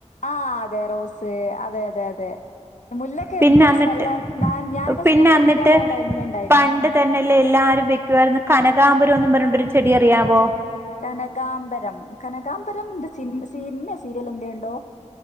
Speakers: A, on the left; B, on the right.
A: ആ അതെ റോസ് അതെ അതെ അതെ മുല്ലൊക്കെ
B: പിന്നെ
A: എന്തൊരു
B: അന്നിട്ട്
A: സ്മെല്ലാ ന ഞാനൊക്കെ
B: പിന്നെ
A: സ്കൂളില്
B: അന്നിട്ട്
A: പഠിക്കാൻ പോണ ടൈമില് ഇണ്ടായിരുന്നു.
B: പണ്ട് തന്നെല്ലേ എല്ലാരും വെക്കുവായിരുന്നു കനകാമ്പുരംന്ന് പറഞ്ഞൊട്ട് ഒരു ചെടി അറിയാവോ.
A: കനകാംബരം കനകാംബരം ന്ത് സിൻ സിനിമ സീരിയൽ എന്തേ ഇണ്ടോ.